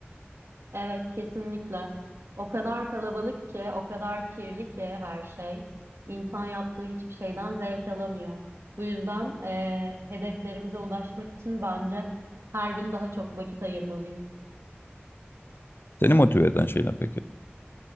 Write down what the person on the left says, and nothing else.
Seni motive eden şey ne peki?